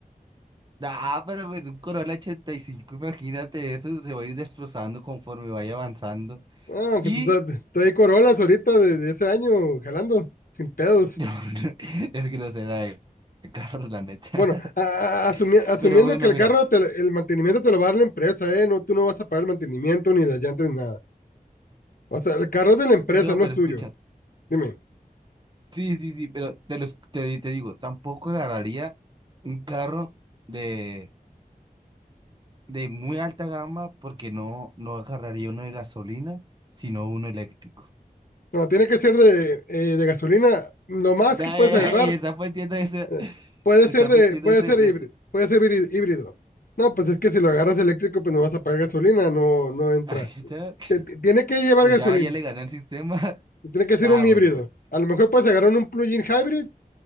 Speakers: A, on the right; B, on the left.
A: Ah, pero pues, un Corolla 85, imagínate eso, se va a ir destrozando conforme vaya avanzando.
B: Ah,
A: y
B: pues está- estoy Corollas ahorita de, de ese año, jalando, sin pedos.
A: No, no, <laughs> es que no será de <laughs> carro, la neta.
B: Bueno, a- a- asumi-
A: <laughs>
B: asumiendo
A: Pero bueno,
B: que el
A: mira,
B: carro, te el mantenimiento te lo va a dar la empresa, ¿eh? No, tú no vas a pagar el mantenimiento, ni las llantas, ni nada. O sea, el carro es de la empresa,
A: no,
B: no
A: pero
B: es tuyo.
A: escucha,
B: Dime.
A: sí, sí, sí, pero te, los, te, di- te digo, tampoco agarraría un carro de, de muy alta gama porque no, no agarraría uno de gasolina, sino uno eléctrico.
B: No, tiene que ser de, eh, de gasolina. Lo más
A: <laughs> Ay,
B: que puedes agarrar,
A: Está metiendo ese,
B: eh, puede
A: estar
B: ser de,
A: metiendo
B: puede
A: ese,
B: ser híbrido,
A: ese,
B: puede ser híbri- híbrido. No, pues es que si lo agarras eléctrico, pues no vas a pagar gasolina, no, no entra.
A: ahí está, <laughs>
B: Te- te- tiene que llevar
A: pues
B: gasolina,
A: ya, ya le gané el sistema. <laughs>
B: tiene que ser
A: Ah,
B: un
A: bueno,
B: híbrido.
A: bueno.
B: A lo mejor puedes agarrar un plug-in hybrid